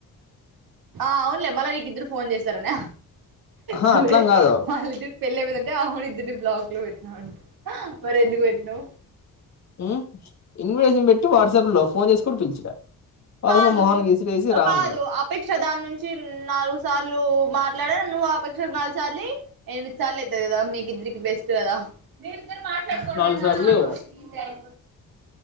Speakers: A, on the right; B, on the left.
A: ఆ అవునులే మళ్ళ నీకు ఇద్దరు ఫోన్ చేస్ తరన
B: ఆహా
A: చూడే
B: అట్లం కాదు
A: మాలడు పెళ్ళి అయిపోయిందంటే ఆహోను ఇద్దరిని బ్లాక్ లో పెట్టినా అంట మరి ఎందుకు పెట్టినవ్
B: ఉ ఇన్విటేషన్ పెట్టి వాట్సాప్ లో ఫోన్ చేసి కూడా పిలిచిన
A: కాదు
B: అసలు మొహానికి విసిరేసి రా
A: కాదు
B: అన్నారు
A: అపేక్ష దాని నుంచి నాలుగు సార్లు మాట్లాడ నువ్వు ఆపేక్ష ఒక నాలుగు సార్లు ఎనిమిది సార్లు అతుది కదా మీకు ఇద్దరికి బెస్ట్ కదా మీరి ఇద్దరు మాట్లాడుకోండి
B: నాలుగు
A: నాకు
B: సార్లు
A: ఫ్రీ టైమ్